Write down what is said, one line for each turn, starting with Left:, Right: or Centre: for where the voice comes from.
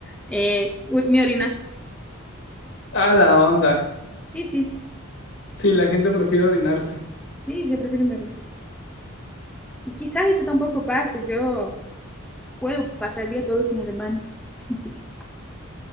Centre: Eh, ur- mi orina.
Left: A la onda.
Centre: Sí, sí,
Left: Sí, la gente prefiere orinarse.
Centre: sí, yo prefiero mi orina. Y quizás esto tampoco pase, yo puedo pasar el día todo sin el baño. Así que,